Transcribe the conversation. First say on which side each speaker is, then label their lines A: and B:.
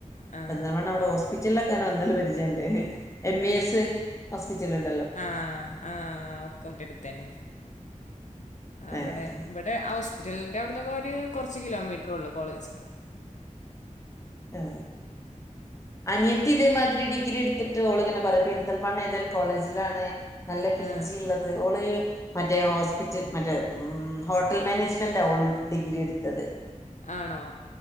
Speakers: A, on the left (about 65°); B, on the left (about 20°).
A: ആ.
B: എന്ത പറ അവിടെ
A: ആ.
B: ഹോസ്പിറ്റലിലൊക്കെ അനെ ഒന്നല്ല പരിചയണ്ട് എം ഇ എസ് ഹോസ്പിറ്റല ഉ
A: ആഹ ആഹ് ഒക്കെ അടുത്തന്നെ അവിടെ
B: ഏഹ്
A: ഇവിടെ ഹോസ്പിറ്റലിന്റെ അവിടെന്നൊക്കെ ഒരു കുറച്ചു കിലോമീറ്ററെ ഉള്ളു കോളേജക്ക്
B: ആ അനിയത്തി ഇതേ മാതിരി ഡിഗ്രി എടുത്തി ളിങ്ങനെ പറയാ പെരിന്തൽമണ്ണ ഏതൊരു കോളേജിലാണ് നല്ല പി
A: ആ.
B: ജി ഉള്ളത് ഓള് മറ്റേ ഹോസ്പിറ്റൽ മറ്റേ ഹോട്ടൽ മാനേജ്മെന്റ് ഓള് ഡിഗ്രി എടുത്തത്
A: ആണോ